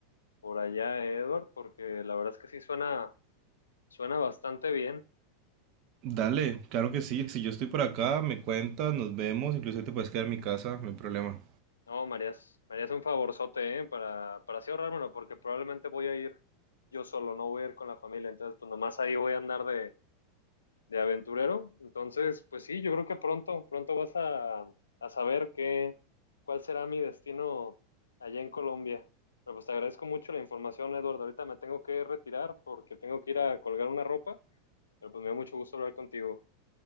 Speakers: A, on the left; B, on the right.
A: por allá, ¿eh, Edward, porque la verdad es que sí suena suena bastante bien.
B: Dale, claro que sí, si yo estoy por acá, me cuentas, nos vemos, incluso te puedes quedar en mi casa, no hay problema.
A: No, Marías, Marías un favorzote, ¿eh? Para, para así ahorrármelo, porque probablemente voy a ir yo solo, no voy a ir con la familia, entonces pues nomás ahí voy a andar de, de aventurero. Entonces, pues sí, yo creo que pronto, pronto vas a, a saber qué, cuál será mi destino allá en Colombia. Pero pues te agradezco mucho la información, Eduardo. Ahorita me tengo que retirar porque tengo que ir a colgar una ropa, pero pues me da mucho gusto hablar contigo.